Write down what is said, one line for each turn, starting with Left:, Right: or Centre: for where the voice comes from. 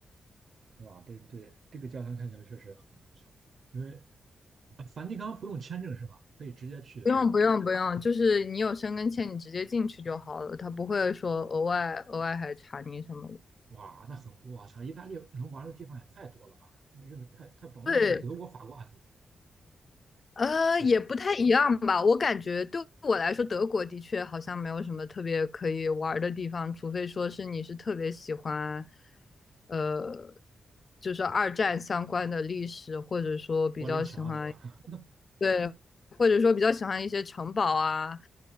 Right: 哇，对对，这个教堂看起来确实很不错，因为呃梵蒂冈不用签证是吧？可以直接去，
Left: 不用不用不用，
Right: 对吧？
Left: 就是你有申根签，你直接进去就好了，他不会说额外额外还查你什么的。
Right: 哇，那很，我操，意大利能玩的地方也太多了吧？真的太太棒，我感觉比德国、
Left: 对，
Right: 法国还多，
Left: 呃，
Right: 对吧？
Left: 也不太一样吧。我感觉对我来说，德国的确好像没有什么特别可以玩儿的地方，除非说是你是特别喜欢，呃，就是二战相关的历史，或者说比较喜欢
Right: 柏林墙，对吧？<laughs>
Left: 对，或者说比较喜欢一些城堡啊，